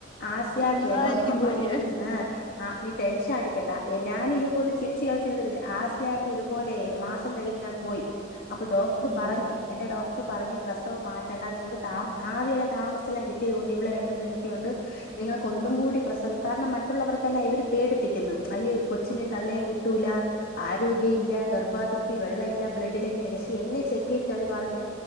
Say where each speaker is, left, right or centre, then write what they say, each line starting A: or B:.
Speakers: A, on the left; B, on the left.
A: ആസിയാക്കെ
B: അള്ളാ
A: ഡോക്ടർ
B: എനിക്ക്
A: മാ
B: പേടിയാ
A: ആഹ ആ നീ ടെൻഷൻ അടിക്കണ്ട ഞാനി ഇപോലെ ചിരിച്ച കളിച്ചിട്ട ആസിയക്കെ ഇതുപോലെ മാസം തികിഞ്ഞ് ഞാൻ പോയി അപ്പൊ ഡോക്ടർ
B: ഉം
A: പറഞ്ഞ് എന്റെ ഡോക്ടർ പറഞ്ഞ് പ്രസവം മാറ്റ കാ നിങ്ങക്ക് ത ആദ്യ താമസ എല്ലാം കിട്ടിയത് കൊണ്ട് ഇവിളടെ രണ്ടു ദസം കിട്ടിയൊണ്ട് നിങ്ങൾക്ക് ഒന്നും കൂടി പ്രസ് കാരണം മറ്റുള്ളവർക്കല്ല ഇവര് പേടിപ്പിക്കുന്നു അയ്യോ കൊച്ചിനും തള്ളയും കിട്ടൂല ആരോഗ്യംല്ല ഗർഭാത്രത്തിൽ വെള്ളല്ല ബ്ലഡ് എങ്ങനെ എന്നെ ചെക്ക് ചെയ്ട്ട് അവര് പറഞ്ഞ്